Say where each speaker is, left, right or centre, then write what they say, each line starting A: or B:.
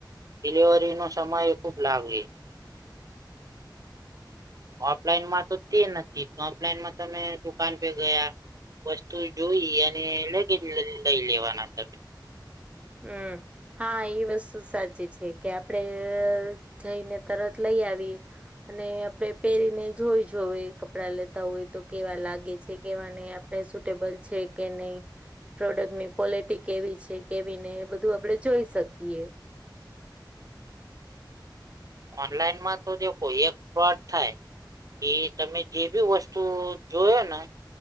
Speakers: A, on the right; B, on the right.
A: ડિલિવરી નો સમય ખુબ લાગે. ઓફલાઈનમાં તો તે નથી ઓફલાઈનમાં તમે દુકાન પે ગયા. વસ્તુ જોઈ અને લગે લઈ લેવાના તમે.
B: હમ્મ હા એ વસ્તુ સાચી છે કે આપડે જઈને તરત લઈ આવી. અને આપડે પહેરીને જોઈ જો કપડા લેતા હોય તો કેવા લાગે છે. કેવા નહી આપણે સુટેબલ છે કે નહી.
A: <inaudible>
B: પ્રોડક્ટ ની ક્વલિટી કેવી છે? કેવી નહી એ બધું આપડણે જોઈ શકીએ.
A: ઓનલાઈનમાં તો દેખો એક ફોડ થાય. એ તમે જે બી વસ્તુ જોયો ને